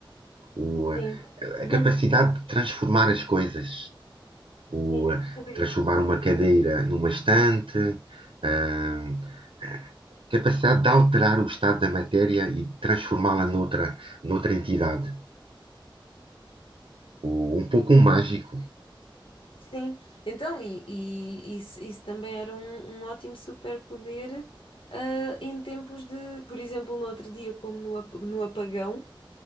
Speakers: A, on the right; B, on the left.
A: O,
B: Sim,
A: eh, a
B: <laughs>
A: capacidade de transformar as coisas. o,
B: sim.
A: eh,
B: Incrível.
A: transformar uma cadeira numa estante, ah, a capacidade de alterar o estado da matéria e transformá-la noutra, noutra entidade. O- um pouco mágico.
B: Sim, então, e, e isso, isso também era um, um ótimo superpoder ah, em tempos de, por exemplo, no outro dia, como no, ap- no apagão.